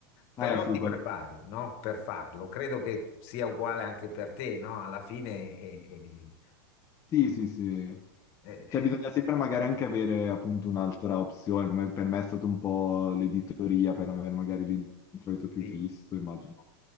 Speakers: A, on the left; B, on the left.
A: Però
B: Eh sì,
A: ti
B: quello-
A: prepari, no? Per farlo. Credo che sia uguale anche per te, no? Alla fine, eh,
B: Sì, sì, sì.
A: eh,
B: Cioè
A: eh,
B: bisogna sempre magari anche avere appunto un'altra opzione, come per me è stato un po' l'editoria per avere magari l'introito più
A: sì.
B: fisso, immagino.